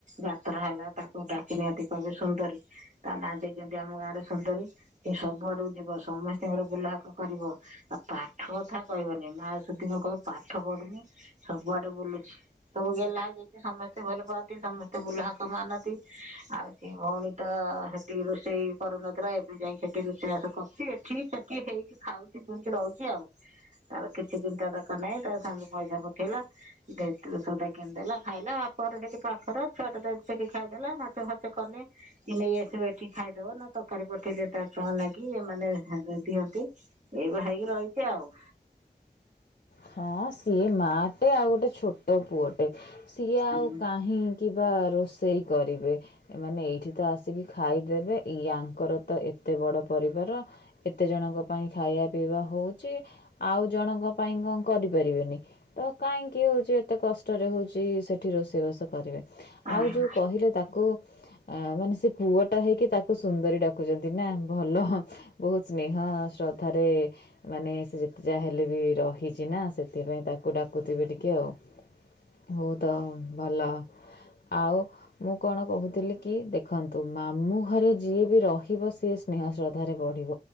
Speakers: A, on the right; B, on the left.
A: ଯାତ୍ରା ହେଲା ତାକୁ ଡାକି ନିଅନ୍ତି କହିବେ ସୁନ୍ଦରୀ ତା ନାଁ ଦେଇଚନ୍ତି ଆମ ଗାଁରେ ସୁନ୍ଦରୀସେ ସବୁ ଆଡ଼କୁ ଯିବସମସ୍ତଙ୍କର ବୁଲହାକ କରିବ। ଆଉ ପାଠ କଥା କହିବନି ମା ସୁତ କହିଲ ପାଠ ପଢୁନି ସବୁଆଡେ ବୁଲୁଛି। ସବୁଗେହ୍ଲାଯେତେସମସ୍ତେ ଭଲ ପାଆନ୍ତି ସମସ୍ତେ ବୁଲହାକ ମାନନ୍ତି। ଆଉ ସେ ଭଉଣୀ ତ ସେଠି ରୋଷେଇ କରୁନଥିଲା ଏବେ ଯାଇ ସେଠି ରୋଷେଇବାସ କରୁଛି। ଠିକ ସେଠି ହେଇକି ଖାଉଛି ପିଇଚିରହୁଛି ଆଉ। ତାର କିଛି ଚିନ୍ତା ଧକ ନାହିଁ ତା ସ୍ୱାମୀ ପଇସା ପଠେଇଲା ଦେ - ସୌଦା କିଣିଦେଲା ଖାଇଲା ବାପରେ ସେଠି ପାଖ ଛୁଆଟେ ସେଠି ଖାଇଦେଲା ନାଛ ଫାଚ କଲେ ନେଇଆସିବଏଠିକି ଖାଇଦବ ନହେଲେ ତରକାରୀ ପଠେଇଲେ ତା ଛୁଆ ଙ୍କ ନାଗି ମାନେ ଦେଇଦିଅନ୍ତି। ଏଇ ଭାଇ ରହିଚି ଆଉ।
B: ହଁ ସିଏ ମାଟେ ଆଉ ଗୋଟେ ଛୋଟ ପୁଅଟେ ସିଏ ଆଉ
A: ହୁଁ।
B: କାହିଁ। କି ବା ରୋଷେଇ କରିବେ ଏମାନେ ଏଇଠି ତ ଆସିକି। ଖାଇଦେବେ ଇୟାଙ୍କର ତ ଏତେ ବଡ଼ ପରିବାର। ଏତେ ଜଣଙ୍କ ପାଇଁ ଖାଇବା ପିଇବା ହଉଚିଆଉ ଜଣକ ପାଇଁ କଣ କରିପାରିବେନି। ତ କାହିଁକି ହଉଚି ଏତେ କଷ୍ଟରେ ହଉଚିସେଠି ରୋଷେଇବାସ କରିବେ।
A: ହଁ
B: ଆଉ ଯୋଉ କହିଲ ତାକୁ ଆଉମାନେସେ ପୁଅ ଟା ହେଇକି ତାକୁ ସୁନ୍ଦରୀ ଡାକୁଚନ୍ତି ନା ଭଲ। ବହୁତ ସ୍ନେହ ଶ୍ରଦ୍ଧାରେ ମାନେ ସେ ଯେତେ ଯାହା ହେଲେ ବି ରହ। ହେଇଚି ନା ସେଥିପାଇଁ ତାକୁ ଡାକୁଥିବେ ଟିକେ ଆଉ ହଉ ତ ଭଲ ଆଉ। ମୁଁ କଣ କହୁଥିଲି କି ଦେଖନ୍ତୁ ମାମୁଁ ଘରେ ଯିଏ ବି ରହିବ ସିଏ ସ୍ନେହ ଶ୍ରଦ୍ଧାରେ ବଢିବ